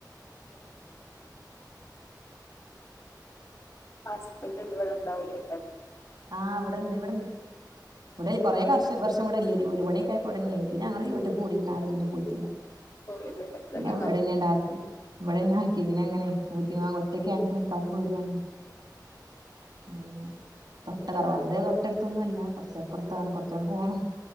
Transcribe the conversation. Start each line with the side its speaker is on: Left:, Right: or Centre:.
Left: ഉം ഹസ്ബൻ്റ <unintelligible> ഉണ്ടാവുലേ
Right: ആഹ് ഇവിടെണ്ട് ഇവിടെണ്ട് ഇവിടെ കൊറേ കാറച്ച് വർഷ <unintelligible> ഇവിടില്ലേനി വീട് പണിയക്കാപ്പൊ അവടെന്നെന്നി പിന്ന ഞങ്ങള് <unintelligible> ആരും പിന്ന പോയിട്ടില്ല
Left: പോയില്ല അതന്നെ
Right: പിന്നെ ഇവിടന്നെ
Left: നല്ല
Right: ണ്ടാക്കി ഇവിടെന്നാക്കി പിന്നെ എങ്ങനെ <unintelligible> ഒറ്റക്ക് ഞങ്ങക്ക് നിക്കാനും പേടിയാണ് അങ്ങനെ തൊട്ട തറവാടിന്റെ തൊട്ടടുത്തൊന്നുംഅല്ല കൊർച്ചപ്പൊർത്താണ് കുറച്ചട്പോണം